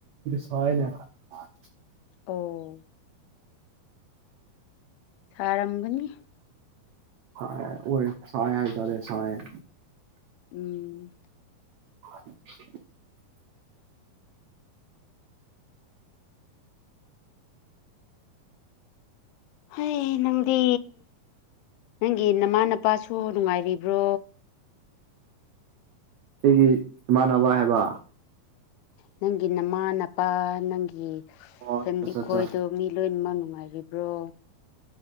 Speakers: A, on the right; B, on the left.
A: ꯁꯅꯦ ꯑ
B: ꯑꯣ ꯁꯥꯔꯝꯒꯅꯤ
A: ꯁ ꯑꯣꯏꯔ ꯁꯋꯥ ꯗꯂ ꯁꯋꯥ
B: ꯎꯝ
A: <unintelligible>
B: <unintelligible> ꯍꯣꯏ ꯅꯪꯗꯤ ꯅꯪꯒꯤ ꯅꯃꯥ ꯅꯄꯥꯁꯨ ꯅꯨꯡꯉꯥꯏꯔꯤꯕ꯭ꯔꯣ
A: ꯑꯩꯒꯤ ꯏꯃꯥꯟꯅꯕ ꯍꯥꯏꯕ
B: ꯅꯪꯒꯤ ꯅꯃꯥ ꯅꯄꯥ ꯅꯪꯒꯤ
A: ꯑꯣ
B: ꯐꯦꯃꯤꯂꯤ
A: ꯑꯠꯆꯥ
B: ꯑꯩ ꯈꯣꯏꯗꯣ
A: ꯑꯠꯆꯥ
B: ꯃꯤ ꯂꯣꯏꯃꯛ ꯅꯨꯡꯉꯥꯏꯔꯤꯕ꯭ꯔꯣ